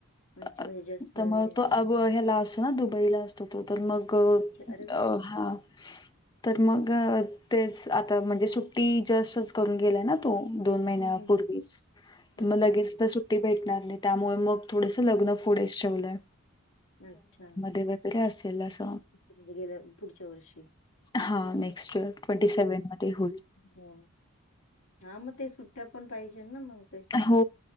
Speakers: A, on the left; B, on the left.
A: अच्छा,
B: अ
A: म्हणजे जस्ट
B: त्यामुळे
A: नवीन आहे
B: तो
A: अजून.
B: आबू ह्याला असतो. हां. दुबईला असतो तो तर मग,
A: अच्छा, अरे वाह!
B: हा. तर मग तेच आता. म्हणजे सुट्टी जस्- करून गेला तो दोन महिन्यापूर्वीच.
A: हं, हं, हं. अच्छा,
B: म लगेच
A: अच्छा.
B: तर सुट्टी - ट्टी भेटणार नाही. त्यामुळे मग थोडस लग्न
A: हं, हं.
B: पुढच ठेवलंय.
A: अच्छा.
B: <unintelligible> असेल अस.
A: अच्छा, म्हणजे गेल्या पुढच्या वर्षी.
B: हा नेक्स्ट इयर ट्वेंटी सेव्हन मध्ये होईल.
A: हो हा मग ते सुट्ट्या पण पाहिजे ना मग ते
B: हो